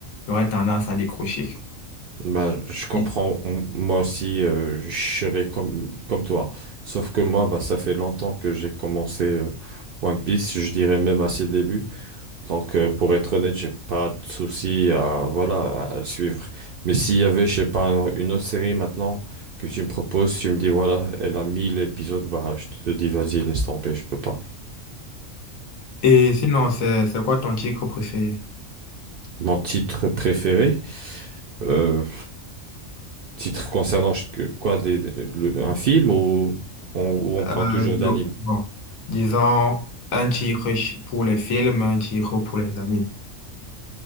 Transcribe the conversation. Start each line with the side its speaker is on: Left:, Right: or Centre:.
Left: j'aurais tendance à décrocher.
Right: Bah, je comprends.
Left: Et
Right: On- moi aussi, euh, je serais comme, comme toi. Sauf que moi, bah, ça fait longtemps que j'ai commencé euh, One Piece. Je dirais même à ses débuts. Donc, euh, pour être honnête, j'ai pas de souci à, voilà, à le suivre. Mais s'il y avait, je sais pas, une autre série maintenant que tu me proposes, tu me dis, voilà, elle a 1000 épisodes, bah, je te dis, vas-y, laisse tomber, je peux pas.
Left: et sinon, c'est c'est quoi ton titre préféré?
Right: Mon titre préféré. euh, Titre concernant ch- que- quoi des, des- le- un film ou on, ou on
Left: Euh,
Right: parle toujours d'anime?
Left: glo- bon, disons un titre ch- pour les films, un titre pour les animes.